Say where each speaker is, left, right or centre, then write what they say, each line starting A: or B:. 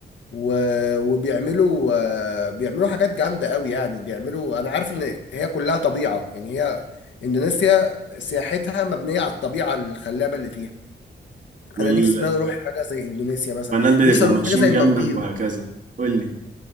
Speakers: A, on the left (about 80°); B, on the right (about 45°).
A: و... وبيعملوا آه، بيعملوا حاجات جامدة قوي يعني بيعملوا أنا عارف إن هي كلها طبيعة يعني هي إندونيسيا سياحتها مبنية على الطبيعة الخلابة اللي فيها
B: والحيوانات
A: أنا نفسي إن أنا أروح حاجة زي إندونيسيا مثلا
B: بيبقوا
A: نفسي أروح
B: ماشيين
A: حاجة زي المالديف
B: جنبك وهكذا قول لي